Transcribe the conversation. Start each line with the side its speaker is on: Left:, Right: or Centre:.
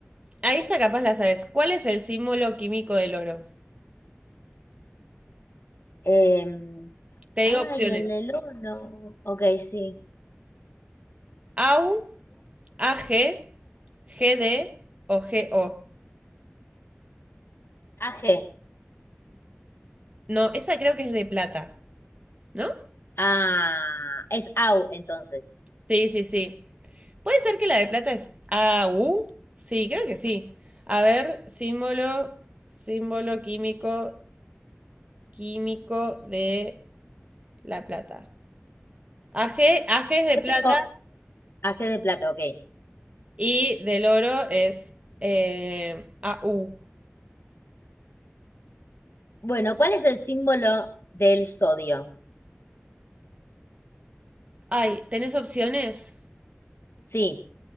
Right: ahí está capaz la sabes. ¿Cuál es el símbolo químico del oro?
Left: Em,
Right: Te digo
Left: ay,
Right: opciones.
Left: el del horno. Ok, sí.
Right: Au, AG, GD o GO.
Left: AG.
Right: No, esa creo que es de plata, ¿no?
Left: Ah, es AU entonces.
Right: Sí, sí, sí. ¿Puede ser que la de plata es AU? Sí, creo que sí. A ver, símbolo, símbolo químico, químico de la plata. AG, AG es de
Left: Yo
Right: plata
Left: tengo AG de plata, ok.
Right: y del oro es eh, AU.
Left: Bueno, ¿cuál es el símbolo del sodio?
Right: Ay, ¿tenés opciones?
Left: Sí,